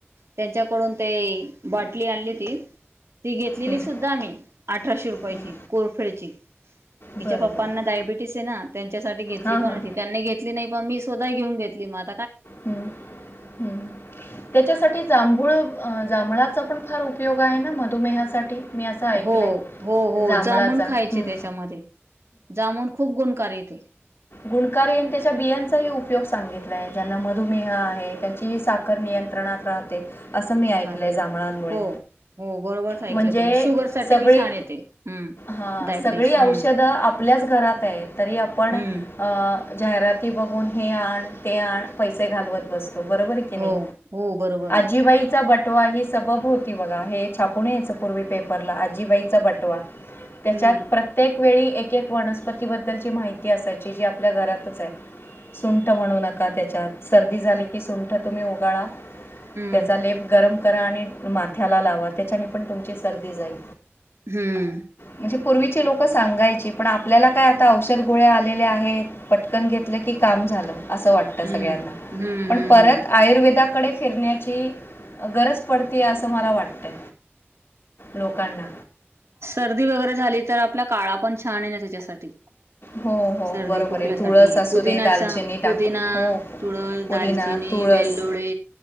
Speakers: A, on the right; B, on the left.
A: त्यांच्याकडून ते ब्याटली आणलीती. ती घेतलेली
B: हम्म,
A: सुद्धा आम्ही अठराशे रुपयाची
B: हम्म.
A: कोरफेडची. तिच्या
B: बरं
A: पप्पांना
B: बरं
A: डायबिटीस आहे, ना त्यांच्यासाठी घेतली
B: हां
A: पण
B: हां
A: होती, त्यांनी घेतली नाही पण मी घेऊन घेतली माझ.
B: ह ह त्याच्यासाठी जांभूळ अ जांभळाचा पण फार उपयोग आहे, ना मधुमेहासाठी. मी असं ऐकलं
A: हो
B: आहे
A: हो हो
B: जांभळाचा
A: जामन खायचे
B: हम्म.
A: त्याच्यामध्ये. जामुन खूप गुणकार येते.
B: गुणकार यांनी त्याच्या बियांचाही उपयोग सांगितला. ज्यांना मधुमेह आहे, त्यांची साखर नियंत्रणात राहते. असं मी ऐकलंय
A: ह
B: जांभळांमुळे.
A: हो हो बरोबर
B: म्हणजे
A: ऐकलं तुम्ही शुगर साठी
B: सगळी
A: बी छान येते.
B: हां
A: डायबिटीस
B: सगळी औषधं
A: हम्म
B: आपल्याच घरात आहे, तरी आपण
A: हम्म
B: अ जाहिराती बघून हे आण ते आण पैसे घालवत बसतो. बरोबर की नाही
A: हो हो बरोबर आहे
B: आजीबाईचा बट बटवा ही सबब होती, बघा हे छापून यायचं पूर्वी पेपरला आजीबाईचा बटवा. त्याच्यात
A: हम्म
B: प्रत्येक. एक वेळी एकक वनस्पतीबद्दलची माहिती असायची जी आपल्या घरातच आहे. सुंठ म्हणू नका त्याच्यात सर्दी झाली की सुंठ तुम्ही उगाळा.
A: हम्म
B: त्याचा लेप गरम करा आणि माथ्याला लावा त्याच्याने पण तुमची सर्दी जाईल.
A: हम्म
B: म्हणजे पूर्वीची लोक सांगायची पण आपल्याला काय आता औषध गोळ्या आलेल्या आहेत पटकन घेतलं की, काम झालं असं वाटतं.
A: हम्म
B: सळ्यां
A: हम्म
B: पण
A: हम्म
B: परत
A: हम्म
B: आयुर्वेदाकडेच फिरण्याची गरज पडते असं मला वाटतंय. लोकांना.
A: सर्दी वगैरे झाली तर आपला काळा पण छान आहे, ना त्याच्यासाठी.
B: हो, हो,
A: सर्दी
B: बरोबर
A: खोकल्यासाठी
B: आहे. तुळस असू
A: कुदिनाचा
B: दे, दालचिनी टाकू
A: पुुदिना,
B: हो,
A: तुळस,
B: पुदिना,
A: दालचिनी
B: तुळस.
A: वेलदोडे